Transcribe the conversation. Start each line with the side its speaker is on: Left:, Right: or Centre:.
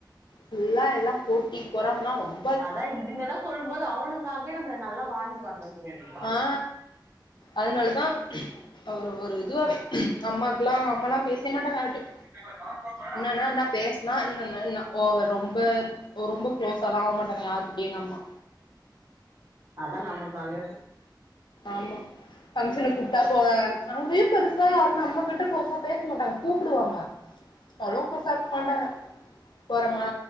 Left: ஃபுல்லா எல்லா போட்டி பொறாமலா ரொம்
Right: அதா இதுங்கல்லா சொல்லும்போது அவனுக்காகவே நம்ம நல்லா வாழ்ந்து காட்டணு சுகந்தி
Left: ஆ அதுனாலதா அவரு ஒரு இதுவா அம்மாக்லா அம்மாலா பேசவே மாட்டாங்க யாருடையு
Right: <inaudible>
Left: என்னான்னா என்னா பேஸ்னா என்னான்னா என்னா ஓவர் ரொம்ப ஒ ரொம்ப குளோஸாலா ஆகமாட்டாங்க யாருகிட்டயு எங்க அம்மா
Right: அதா நமக்கு நல்லது
Left: ஆமா பங்ஷனுக் கூப்ட்டா போவாங்க அங்கயு பெருசா யாரு நம்ம கிட்ட க்ளோஷா பேச மாட்டாங்க கூப்புடுவாங்க அது கூப்டா மாட்டாங்க போரமா